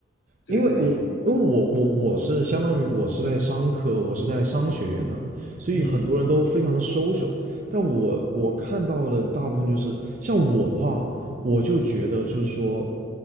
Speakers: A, on the left; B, on the right.
A: 这个能力
B: 因为我因为我我我是相当于我是在商科，我是在商学院呐、所以很多人都非常的
A: 嗯，
B: social。但我我看到的大部分就是像我的话，我就觉得就是说，